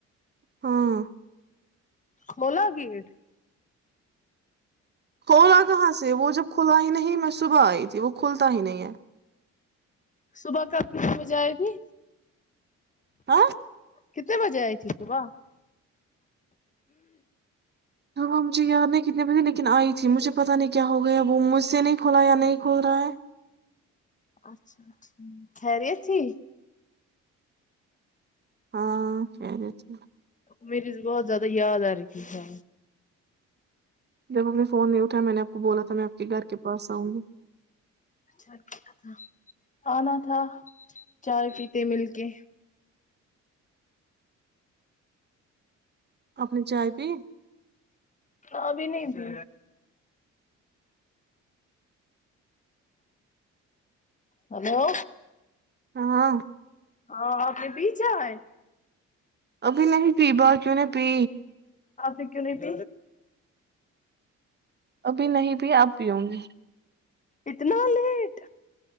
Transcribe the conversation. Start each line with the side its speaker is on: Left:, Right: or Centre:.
Right: ہاں
Left: بلا گیر
Right: کھلاا کہاں سے وہ جب کھلا ہی نہیں میں صبح آئی تھی وہ کھلتا ہی نہیں ہے
Left: صبح کب کت بجے آئے گی
Right: ہاں
Left: کتنے بجے آئی ت صبح
Right: اب مجھے یاد نہیں کتنے بجے لیکن آئی تھی مجھے پتہ نہیں کیا ہو گیا وہ مجھ سے نہیں کھولا یا نہیں کھول رہا ہے
Left: اچھاچ خہریی تھی
Right: ہاں خرے تھ
Left: میری سے بہت زیادہ یاد آ رہیھی تھا
Right: جب اپنے فون نہیں اٹھا میں نے آپ کو بولا تھا میں آپ کے گھر کے پاس آؤں گی
Left: اا کیا تھا آنا تھا چائے پیتے مل کے
Right: اپنی چائے پی
Left: ہاںبھی نہیں تھی ہلو
Right: ہاں
Left: ہ اپنے پیچھا ہے
Right: ابھی نہیں پی بات کیوں نے پی
Left: آ پ کیوں نہیں پ
Right: ابھی نہیں بھی آپ بھی ہوں گی
Left: اتنا لیٹ